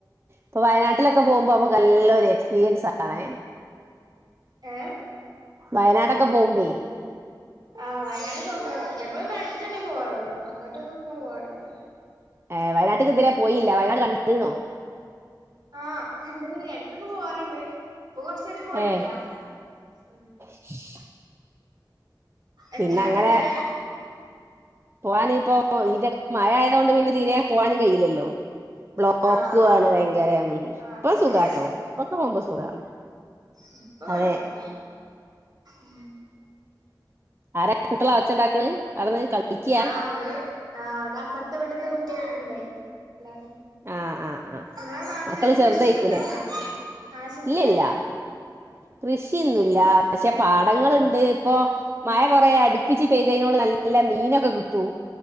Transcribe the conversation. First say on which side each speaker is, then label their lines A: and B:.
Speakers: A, on the right (about 35°); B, on the right (about 60°).
A: ഇപ്പ വയനാട്ടിലൊക്കെ പോവുമ്പോൾ നമുക്ക് നല്ലൊരു എക്സ്പീരിയൻസ് ആണേ.
B: ഏഹ്
A: വയനാടൊക്കെ പോവുമ്പേ
B: ആഹ്, വയനാടക്കെ മുമ്പ് ഞങ്ങളിവിടെ അടുത്തു തന്നെ പോവാറുള്ളു അങ്ങട്ടൊന്നും ഇപ്പോ പോവാറില്ല.
A: ഏഹ്, വയ്നാട്ട്ക്ക്‌ ഇതരെ പോയില്ലാ വയനാട് കണ്ട്ണോ?
B: ആഹ്, കണ്ട്ക്ക്‌ണ് ഞാന് എടക്കൊക്കെ പോവാറുണ്ട് ഇപ്പൊ കൊറച്ചായിട്ട് പോയിട്ടില്ല,
A: ഏ
B: ഉം.
A: <inaudible>
B: എന്താ
A: പിന്നെ അങ്ങനെ
B: എന്നിട്ട്?
A: പോവാന് ഇപ്പോ ഈന്റെടക്ക് മഴ ആയത് കൊണ്ട് പിന്നെ തീരെ പോവാനും കഴിയിലല്ലോ. ബ്ലോക്കു
B: ആഹ്
A: ആണ് ഭയങ്കരം ഇപ്പൊ
B: ആഹ് അത്
A: സുഖാട്ടോ
B: ശരിയാ
A: ഒക്കെ പോവുമ്പം സുഖാണ്.
B: ഉം ഇപ്പൊ കൊഴപ്പല്ല
A: അതെ
B: ഉം.
A: ആരാ കുട്ടികള ഒച്ചണ്ടാക്ക്‌ണ് അവിടുന്ന് കളിക്ക്?
B: ആഹ് അവര് ആഹ്, ഇവിടെ അപ്പോർത്തെ വീട്ട്ൽത്തെ കുട്ടി ഇണ്ടെ എല്ലാരും
A: ആ ആ ആ
B: ഇങ്ങളെ നാട്ടില്
A: മക്കള്
B: കൃഷിയൊക്കെ
A: ചെറുതായിക്കൂലേ
B: ഇണ്ടോ? ആ ചെറുതാണ്.
A: ഇല്ലില്ല കൃഷിയൊന്നുല്ല. പക്ഷെ, പാടങ്ങള്ണ്ട് ഇപ്പൊ
B: ഉം
A: മഴ കുറേ അടുപ്പിച്ച് പെയ്തയ്നോണ്ട് നല്ല മീനൊക്കെ കിട്ടൂ